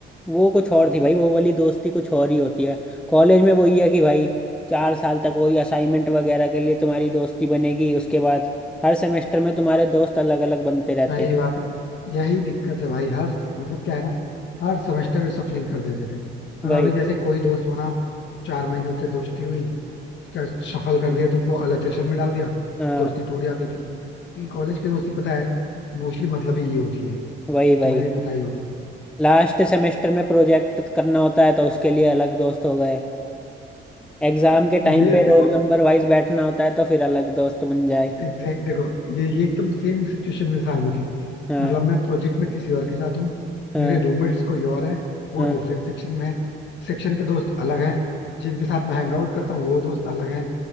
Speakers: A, in the centre; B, on the left (about 65°).
A: वो कुछ और थी भाई वो वाली दोस्ती कुछ और ही होती है कॉलेज में वही है कि भाई चार साल तक वही असाइनमेंट वगैरह के लिए तुम्हारी दोस्ती बनेगी उसके बाद हर सेमेस्टर में तुम्हारे दोस्त अलग अलग बनते रहते
B: सही
A: हैं
B: बात है यही दिक्कत है भाई हर मतलब क्या है ना हर सेमेस्टर में सफलिंग कर देते थे मतलब
A: वही
B: अभी जैसे कोई दोस्त बना चार महीने उससे दोस्ती हुई उसका सफल कर दिया तुमको अलग सेक्शन में डाल दिया
A: हाँ
B: दोस्ती टूट जाती थी इन कॉलेज की दोस्ती पता है मोस्टली मतलब ही ये होती है
A: वही वही
B: तुम्हें भी पता ही होगा
A: लास्ट सेमेस्टर में प्रोजेक्ट करना होता है तो उसके लिए अलग दोस्त हो गए एग्जाम के
B: <laughs>
A: टाइम
B: ये
A: पे रोल
B: देखो
A: नंबर वाइज बैठना होता है तो फिर अलग दोस्त बन जाए
B: एग्जैक्ट देखो ये ये एकदम सेम सिचुएशन मेरे साथ भी थी
A: हाँ
B: मतलब मैं प्रोजेक्ट में किसी और के साथ हूँ
A: हाँ
B: मेरे रूममेट्स कोई और है वो
A: हाँ
B: डिफरेंट सेक्शन में है सेक्शन के दोस्त अलग हैं जिनके साथ मैं हैंग आउट करता हूँ वो दोस्त अलग हैं